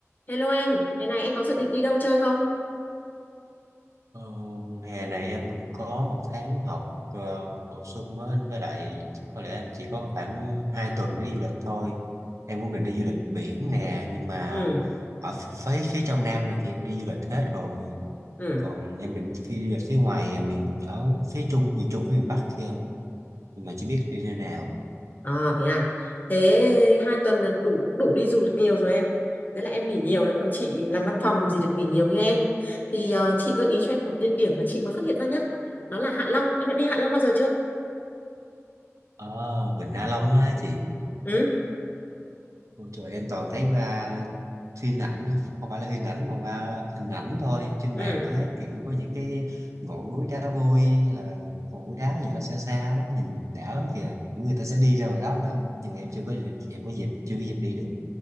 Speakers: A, on the left; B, on the right.
A: Hello em, thế này em có dự định đi đâu chơi không?
B: Ờ, hè này em cũng có một tháng học ờ, bổ sung á, với lại chắc có lẽ em chỉ có khoảng 2 tuần đi du lịch thôi. Em cũng định đi du lịch biển nè, nhưng mà
A: Ừ,
B: ở ph- phía phía trong Nam này thì em đi du lịch hết rồi.
A: ừ,
B: Còn em định đi du lịch phía ngoài à, miền ở phía Trung, miền Trung với miền Bắc kia, nhưng mà chưa biết đi nơi nào.
A: à, thế à. Thế hai tuần là đủ đủ đi du lịch nhiều rồi em. Đấy là em nghỉ nhiều đấy, còn chị làm văn phòng làm gì được nghỉ nhiều như em. Thì ờ, chị gợi ý cho em một địa điểm mà chị mới phát hiện ra nhá. Đó là Hạ Long, em đã đi Hạ Long bao giờ chưa?
B: Ờ, Vịnh Hạ Long á chị.
A: Ừ,
B: Ôi trời em toàn thấy qua phim ảnh không phải là phim ảnh mà qua hình ảnh thôi trên
A: ừ.
B: mạng thôi ấy. Kiểu có những cái ngọn núi đá vôi hay là ngọn núi đá gì đó xa xa đó nhìn đã lắm kìa những người ta sẽ đi ra ngoài đó nữa nhưng mà em chưa có dịp- em có dịp chưa có dịp đi được